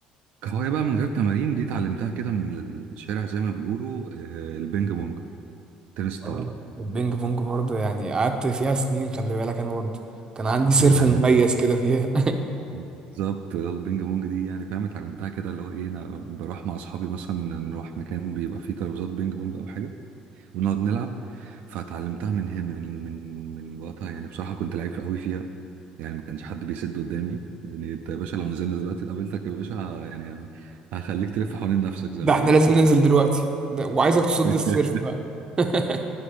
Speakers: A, on the right; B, on the right.
A: كهوايه بقى من غير تمارين دي اتعلمتها كده من الشارع زي ما بيقولوا آه، البينج بونج تنس الطاوله
B: آه. البينج بونج برضه يعني قعدت فيها سنين خلي بالك انا برضه كان عندي سيرف
A: ده
B: مميز
A: انا
B: كده فيها
A: بالظبط آه، البينج بونج دي يعني فاهم اتعلمتها كده اللي هو ايه انا بروح مع اصحابي مثلا نروح مكان بيبقى فيه ترابيزات بينج بونج او حاجه ونقعد نلعب فاتعلمتها من هنا من من من وقتها يعني بصراحة كنت لعيب قوي فيها يعني ما كانش حد بيسد قدامي يعني انت يا باشا لو نزلنا دلوقتي قابلتك يا باشا ه- يعني ه- هخليك تلف حوالين نفسك
B: <laughs>
A: زي
B: ده
A: ما
B: احنا
A: بيقولوا
B: لازم ننزل دلوقتي ده وعايزك تصد
A: <laughs>
B: السيرف بقى <laughs>